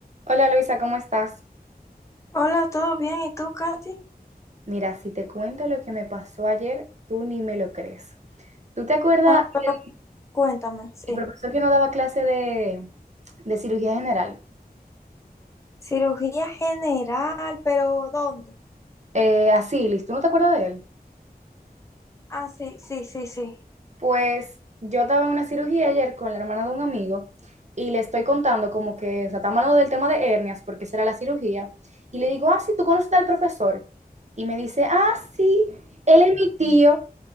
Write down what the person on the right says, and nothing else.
Hola Luisa, ¿cómo estás?
Mira, si te cuento lo que me pasó ayer, tú ni me lo crees. ¿Tú te acuerdas
el,
el profesor que nos daba clase de, de cirugía general?
Eh, Asilis, ¿tú no te acuerdas de él?
Pues yo estaba en una cirugía ayer con la hermana de un amigo y le estoy contando como que, o sea, estamos hablando del tema de hernias porque esa era la cirugía. Y le digo, ah, sí, ¿tú conoces al profesor? Y me dice, ah, sí, él es mi tío.